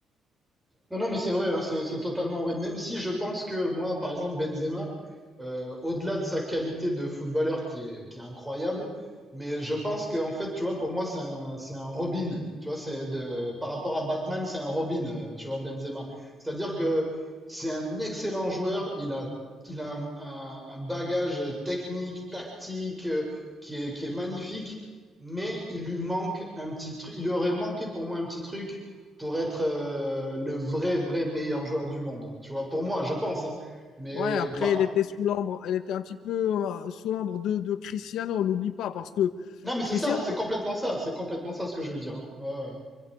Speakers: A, in the centre; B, on the left.
A: Non, non, mais c'est vrai, hein, c'est c'est totalement vrai. Même si je pense que moi, par exemple, Benzema, euh, au-delà de sa qualité de footballeur qui est, qui est incroyable, mais je pense que en fait, tu vois, pour moi, c'est un, c'est un Robin. Tu vois, c'est de, par rapport à Batman, c'est un Robin, euh, tu vois, Benzema. C'est-à-dire que c'est un excellent joueur. Il a, il a un, un- un bagage technique, tactique, euh, qui est, qui est magnifique, mais il lui manque un petit truc. Il lui aurait manqué pour moi un petit truc pour être euh, le vrai, vrai meilleur joueur du monde. Tu vois, pour moi, je pense. hein. Mais
B: Ouais, après,
A: pas.
B: elle était sous l'ombre, elle était un petit peu euh, sous l'ombre de, de Cristiano, on n'oublie pas, parce que
A: Non, mais c'est
B: Cristiano,
A: ça, c'est complètement ça, c'est complètement ça ce que je veux dire. hein. Ouais,